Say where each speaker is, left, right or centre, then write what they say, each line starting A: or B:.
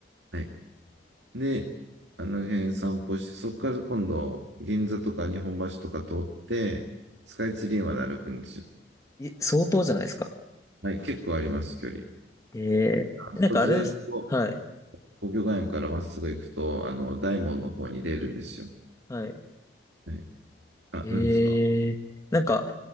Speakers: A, on the right (about 80°); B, on the left (about 15°).
A: はい。で、あの辺散歩して、そこから今度、銀座とか日本橋とか通って、スカイツリーまで歩くんですよ。
B: い、相当じゃないですか。
A: はい、結構あります、距離。
B: ええ、
A: あそこずっと、
B: なんかあれです。はい。
A: 皇居外苑からまっすぐ行くと、あの、大門の方に出るんですよ。
B: はい。
A: はい。あ、
B: ええ、
A: 何ですか
B: なんか、